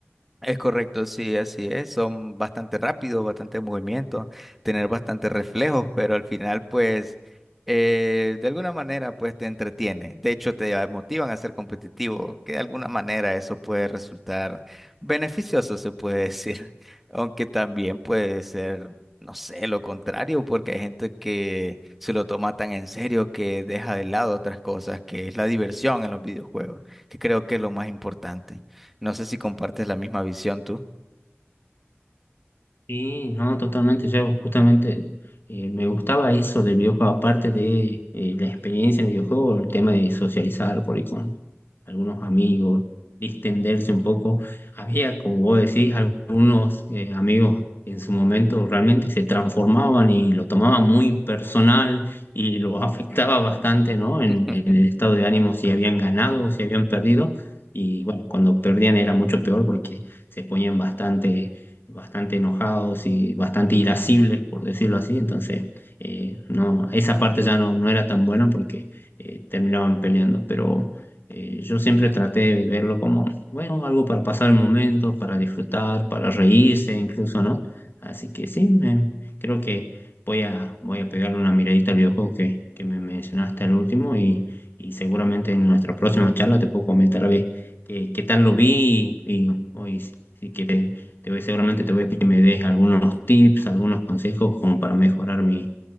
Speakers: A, in the centre; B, on the left.
A: Es correcto, sí, así es. Son bastante rápidos, bastante movimiento, tener bastante reflejos, pero al final, pues, eh, de alguna manera, pues te entretiene. De hecho, te motivan a ser competitivo, que de alguna manera eso puede resultar beneficioso, se puede decir. <laughs> Aunque también puede ser, no sé, lo contrario, porque hay gente que se lo toma tan en serio que deja de lado otras cosas, que es la diversión en los videojuegos, que creo que es lo más importante. No sé si compartes la misma visión tú.
B: Sí, no, totalmente. Yo justamente eh, me gustaba eso del videojuego, aparte de eh, la experiencia en el videojuego, el tema de socializar por ahí con, algunos amigos, distenderse un poco. Había, como vos decís, algunos eh, amigos que en su momento realmente se transformaban y lo tomaban muy personal y lo <laughs> afectaba bastante, ¿no? En,
A: <laughs>
B: en el estado de ánimo, si habían ganado o si habían perdido. Y bueno, cuando perdían era mucho peor porque se ponían bastante, bastante enojados y bastante irascibles, por decirlo así. Entonces, eh, no, esa parte ya no, no era tan buena porque eh, terminaban peleando. Pero eh, yo siempre traté de verlo como, bueno, algo para pasar el momento, para disfrutar, para reírse incluso, ¿no? Así que sí, me- creo que voy a, voy a pegarle una miradita al videojuego que, que me mencionaste al último y, y seguramente en nuestra próxima charla te puedo comentar a ver qué, qué tal lo vi y, hoy sí que te, te voy, seguramente te voy a pedir que me des algunos tips, algunos consejos como para mejorar mi,